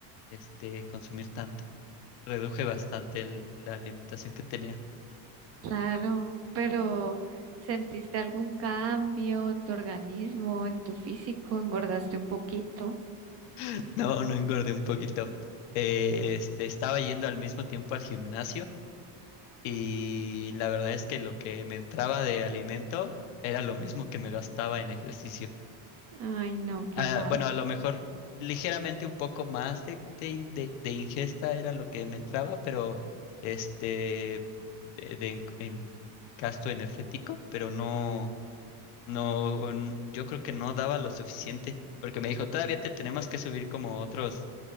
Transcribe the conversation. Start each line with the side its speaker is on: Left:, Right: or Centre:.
Left: este, consumir tanto. Reduje bastante el- la alimentación que tenía.
Right: Claro, pero ¿sentiste algún cambio en tu organismo, en tu físico? ¿Engordaste un poquito?
Left: <laughs> No, no engordé un poquito. Eh, este, estaba yendo al mismo tiempo al gimnasio y la verdad es que lo que me entraba de alimento era lo mismo que me gastaba en ejercicio.
Right: Ay, no, qué
Left: Ah,
Right: mal.
Left: bueno, a lo mejor ligeramente un poco más de, de, in- de- de ingesta era lo que me entraba, pero este, de, de en, en gasto energético, pero no, no, n- yo creo que no daba lo suficiente, porque me dijo, todavía te tenemos que subir como otros,